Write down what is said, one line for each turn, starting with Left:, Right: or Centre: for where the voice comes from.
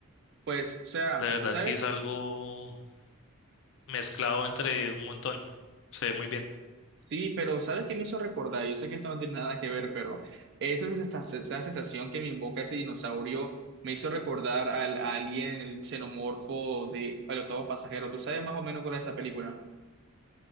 Right: Pues, o sea,
Left: de verdad
Right: ¿sabes?
Left: sí es algo mezclado entre un montón, se ve muy bien,
Right: Sí, pero ¿sabes qué me hizo recordar? Yo sé que esto no tiene nada que ver, pero eso es esa, esa sensación que me invoca ese dinosaurio, me hizo recordar al alien, el xenomorfo de El octavo pasajero. ¿Tú sabes más o menos cuál es esa película?